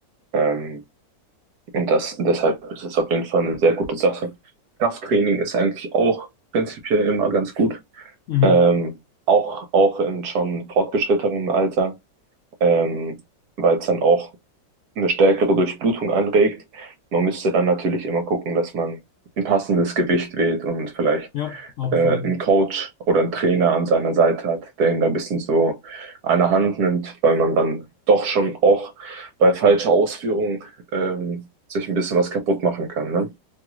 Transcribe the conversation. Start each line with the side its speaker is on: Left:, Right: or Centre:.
Right: Ähm, und das, deshalb ist es auf jeden Fall eine sehr gute Sache. Krafttraining ist eigentlich auch prinzipiell immer ganz gut.
Left: Mhm.
Right: Ähm, auch, auch in schon fortgeschrittenem Alter, ähm, weil es dann auch eine stärkere Durchblutung anregt. Man müsste dann natürlich immer gucken, dass man ein passendes Gewicht wählt und vielleicht
Left: Ja, absolut.
Right: äh, einen Coach oder einen Trainer an seiner Seite hat, der ihn da ein bisschen so an der Hand nimmt, weil man dann doch schon auch bei falscher Ausführung ähm, sich ein bisschen was kaputt machen kann. Ne?